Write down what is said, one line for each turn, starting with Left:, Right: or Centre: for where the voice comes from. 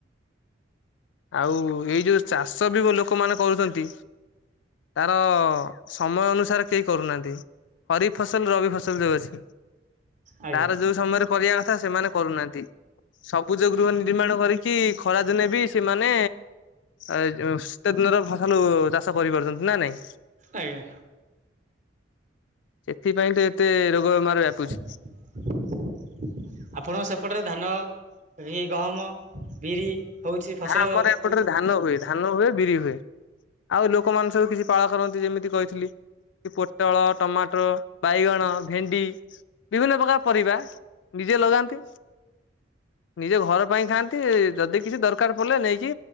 Left: ଆଉ ଏଇ ଯୋଉ ଚାଷ ବି ଲୋକମାନେ କରୁଛନ୍ତି। ତାର ସମୟ ଅନୁସାରେ କେହି କରୁନାହାନ୍ତି। ହରି ଫସଲ, ରବି ଫସଲ ଯୋଉ ଅଛି।
Right: ଆଜ୍ଞା
Left: ତାର ଯୋଉ ସମୟରେ କରିବା କଥା ସେମାନେ କରୁନାହାନ୍ତି। ସବୁଜ ଗୃହ ନିର୍ମାଣ କରିକି, ଖରାଦିନେ ବି ସେମାନେ ଏଇଯୋଉ ଶୀତ ଦିନର ଫସଲ ଚାଷ କରିପାରୁଛନ୍ତି, ନା ନାଇଁ।
Right: ଆଜ୍ଞା।
Left: ଏଥିପାଇଁ ତ ଏତେ ରୋଗ ବେମାର ବ୍ୟାପୁଛି।
Right: ଆପଣଙ୍କ ସେପଟରେ ଧାନ ରି ଗହମ, ବିରି- ହେଉଛି ଫସଲ
Left: ଆମର ଏପଟରେ
Right: ହେଉଛି
Left: ଧାନ ହୁଏ, ଧାନ ହୁଏ ବିରି ହୁଏ। ଆଉ ଲୋକମାନେ ସବୁ କିଛି ପାଳ କରନ୍ତି ଯେମିତି କହିଥିଲି। କି ପୋଟଳ, ଟମାଟର, ବାଇଗଣ, ଭେଣ୍ଡି ବିଭିନ୍ନ ପ୍ରକାର ପରିବା ନିଜେ ଲଗାନ୍ତି। ନିଜ ଘର ପାଇଁ ଖାଆନ୍ତି। ଯଦି କିଛି ଦର କାର ପୋଲ ନେଇକି